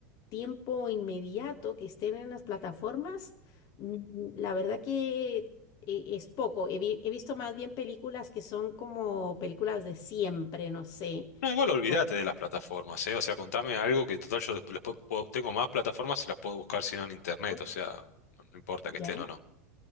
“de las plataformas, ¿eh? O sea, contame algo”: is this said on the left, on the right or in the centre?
Left